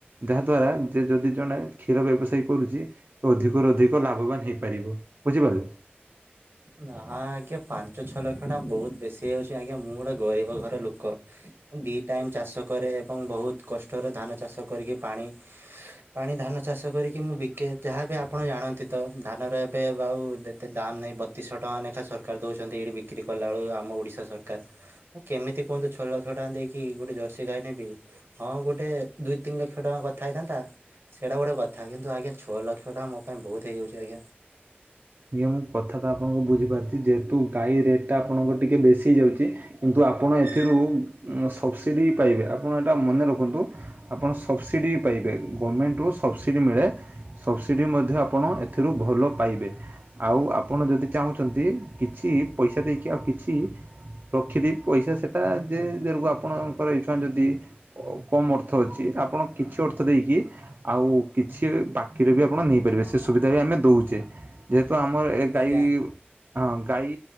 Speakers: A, on the right; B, on the right.
A: ଯାହାଦ୍ୱାରା ଯେ ଯଦି ଜଣେ କ୍ଷୀର ବ୍ୟବସାୟୀ କରୁଚି ସେ ଅଧିକରୁ ଅଧିକ ଲାଭବାନ ହେଇପାରିବ ବୁଝିପାରିଲେ।
B: ନା ଆଜ୍ଞା ପାଞ୍ଚ ଛଅ ଲକ୍ଷ ଟଙ୍କା ବହୁତ ବେଶୀ ହୋଇ ଯାଉଛି ଆଜ୍ଞା ମୁଁ ଗୋଟେ ଗରିବ ଘର ଲୋକ। ଦି ଟାଇମ ଚାଷ କରେ ଏବଂ ବହୁତ କଷ୍ଟରେ ଧାନ ଚାଷ କରିକି ପାଣି ପାଣି ଧାନ ଚାଷ କରିକି ମୁଁ ବିକେ ଯାହା ବି ଆପଣ ଜାଣନ୍ତି ତ ଧାନର ଏବେ ଆଉ ଏତେ ଦାମ୍ ନାହିଁ ବତିଶହ ଟଙ୍କା ଲେଖା ସରକାର ଦେଉଛନ୍ତି ଏଇଠି ବିକ୍ରି କଲାବେଳୁ ଆମ ଓଡ଼ିଶା ସରକାର। ମୁଁ କେମିତି କୁହନ୍ତୁ ଛଅ ଲକ୍ଷ ଟଙ୍କା ଦେଇକି ଗୋଟେ ଜର୍ସି ଗାଈ ନେବି। ହଁ ଗୋଟେ ଦୁଇ ତିନି ଲକ୍ଷ ଟଙ୍କା କଥା ହେଇଥାନ୍ତା। ସେଇଟା ଗୋଟେ କଥା କିନ୍ତୁ ଆଜ୍ଞା ଛଅ ଲକ୍ଷ ଟଙ୍କା ମୋ ପାଇଁ ବୋହୁତ୍ ହେଇଯାଉଛି ଆଜ୍ଞା।
A: ଆଜ୍ଞା ମୁଁ କଥା ତ ଆପଣଙ୍କୁ ବୁଝିପାରୁଛି ଯେହେତୁ ଗାଈ ରେଟ୍ ଟା ଆପଣଙ୍କ ଟିକେ ବେଶୀ ହେଇଯାଉଛି। କିନ୍ତୁ ଆପଣ ଏଥିରୁ ସପ୍ସିଡ଼ି ପାଇବେ ଆପଣ ଏଇଟା ମନେ ରଖନ୍ତୁ। ଆପଣ ସବସିଡି ପାଇବେ ଗଭର୍ଣ୍ଣମେଣ୍ଟରୁ ସବସିଡି ମିଳେ ସବସିଡି ମଧ୍ୟ ଆପଣ ଏଥିରୁ ଭଲ ପାଇବେ। ଆଉ ଆପଣ ଯଦି ଚାହୁଁଛନ୍ତି କିଛି ପଇସା ଦେଇକି ଆଉ କିଛି ରଖିବେ ପଇସା ସେଟା ଯେ ଆପଣଙ୍କର ଇଚ୍ଛା ଯଦି କମ୍ ଅର୍ଥ ଅଛି ଆପଣ କିଛି ଅର୍ଥ ଦେଇକି ଆଉ କିଛି ବାକିରେ ବି ଆପଣ ନେଇପାରିବେ ସେ ସୁବିଧା ବି ଆମେ ଦଉଚେ। ଯେହେତୁ ଆମର ଏ ଗାଈ
B: ଆଜ୍ଞା
A: ହଁ ଗାଈ